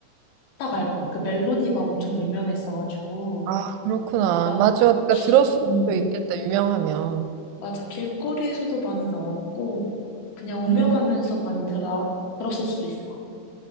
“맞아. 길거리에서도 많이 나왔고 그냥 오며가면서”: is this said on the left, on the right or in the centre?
Left